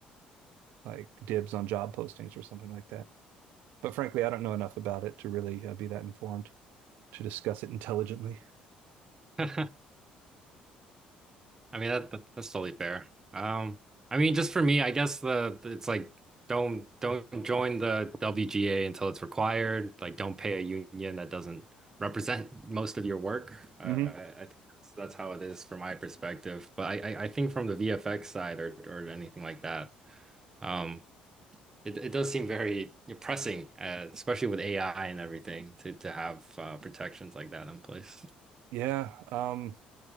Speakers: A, on the right; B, on the right.
A: like dibs on job postings or something like that. But frankly, I don't know enough about it to really uh, be that informed to discuss it intelligently.
B: <laughs> I mean that, that that's totally fair. Um, I mean just for me, I guess the it's like don't don't join the WGA until it's required. Like don't pay a union that doesn't represent most of your work. Uh, I,
A: hmm
B: I think that's that's how it is from my perspective. But I, I I think from the VFX side or or anything like that, um, it it does seem very pressing, uh, especially with AI and everything to to have uh, protections like that in place.
A: Yeah, um,